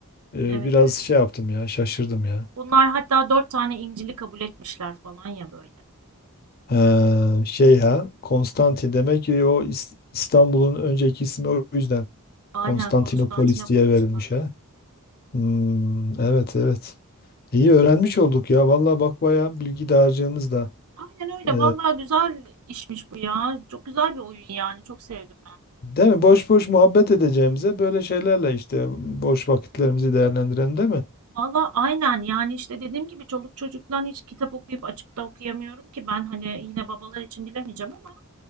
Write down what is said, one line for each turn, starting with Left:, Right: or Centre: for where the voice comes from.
Left: e,
Right: evet
Left: biraz
Right: evet.
Left: şey yaptım ya şaşırdım ya.
Right: Bunlar hatta dört tane İncil'i kabul etmişler falan ya böyle.
Left: Ha, şey ha Konstantin demek ki o İs- İstanbul'un önceki ismi o yüzden
Right: Aynen
Left: Konstantinopolis
Right: Konstantinopolis'ten.
Left: diye verilmiş ha. Hmm, evet evet. İyi öğrenmiş olduk ya. Vallahi bak bayağı bilgi dağarcığımız da.
Right: Aynen öyle.
Left: e,
Right: Vallahi güzel işmiş bu ya. Çok güzel bir oyun yani. Çok sevdim.
Left: değil mi? Boş boş muhabbet edeceğimize böyle şeylerle işte boş vakitlerimizi değerlendirelim değil mi?
Right: Valla aynen yani işte dediğim gibi çoluk çocuktan hiç kitap okuyup açıp da okuyamıyorum ki ben hani yine babalar için bilemeyeceğim ama